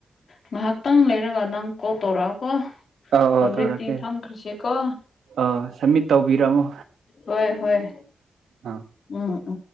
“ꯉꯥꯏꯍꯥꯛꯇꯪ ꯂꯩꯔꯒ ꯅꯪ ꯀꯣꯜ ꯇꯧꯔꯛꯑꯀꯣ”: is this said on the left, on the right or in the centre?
Left